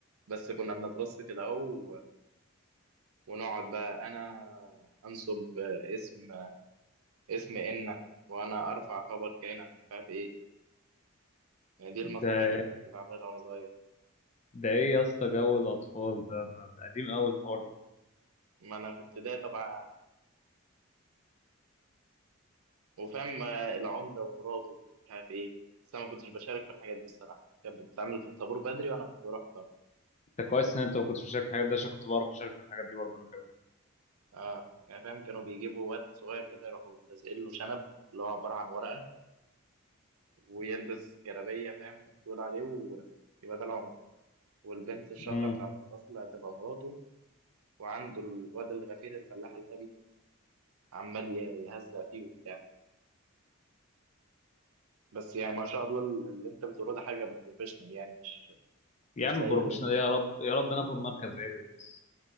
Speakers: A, on the right (about 85°); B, on the left (about 30°).
A: بس كنا بنترص كده اهو ونقعد بقى انا انصب اسم اسم انك وانا ارفع خبر كانك مش عارف ايه يعني دي المسرحيات
B: ده
A: اللي كنت بعملها وانا صغير
B: ده ايه يا اسطى جو الاطفال ده ده, ده قديم قوي الحوار ده
A: ما انا في ابتدائي طبعا وفاهم العمده ومراته مش عارف ايه بس انا ما كنتش بشارك في الحاجات دي الصراحه كانت بتتعمل في الطابور بدري وانا كنت بروح متاخر
B: انت كويس ان انت ما كنتش بتشارك الحاجات ده عشان كنت بعرف اشارك الحاجات دي برضه انا كمان
A: اه يعني فاهم كانوا بيجيبوا واد صغير كده يروحوا لازقين له شنب اللي هو عباره عن ورقه ويلبس جلابيه فاهم تقول عليه ويبقى ده العمده والبنت الشاطرة
B: مم.
A: بتاعة الفصل هتبقى مراته وعنده الواد الغفير الفلاح الغبي عمال ي- يهزأ فيه وبتاع بس يعني ما شاء الله ال- اللي انت بتقوله ده حاجة بروفيشنال يعني مش
B: يا
A: مش
B: عم
A: زي
B: بروفيشنال
A: اللي انا بقوله
B: يا رب يا رب ناخد مركز عادل بس